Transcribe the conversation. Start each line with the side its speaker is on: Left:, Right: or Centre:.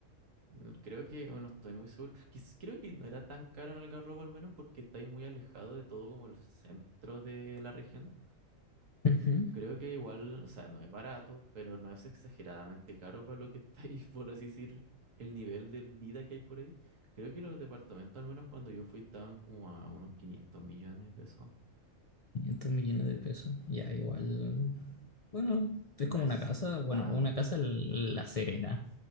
Right: Mm, Creo que, bueno, estoy muy seguro. Quiz- Creo que no era tan caro en Algarrobo al menos porque estáis muy alejado de todo como el centro de la región.
Left: Ujú.
Right: Creo que igual, o sea, no es barato, pero no es exageradamente caro para lo que está ahí, <laughs> por así decir, el nivel de vida que hay por ahí. Creo que los departamentos, al menos cuando yo fui, estaban como a unos 500 millones de pesos.
Left: 500 millones de pesos. Ya, igual. Bueno, es
Right: No
Left: como
Right: es
Left: una casa. Bueno,
Right: tan...
Left: una casa l- La Serena.